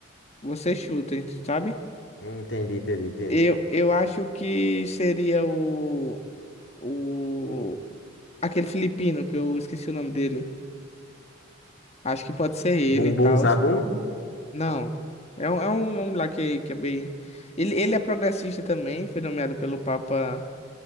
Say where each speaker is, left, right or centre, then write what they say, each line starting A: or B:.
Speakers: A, on the left; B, on the left.
A: você chuta, sabe?
B: Hum, Entendi, entendi, entendi.
A: Eu, eu acho que seria o, o aquele filipino que eu esqueci o nome dele. Acho que pode ser ele
B: Bum
A: e tal.
B: Bum Zabum?
A: Não. É um, é um nome lá que, que é bem. Ele, ele é progressista também, foi nomeado pelo Papa.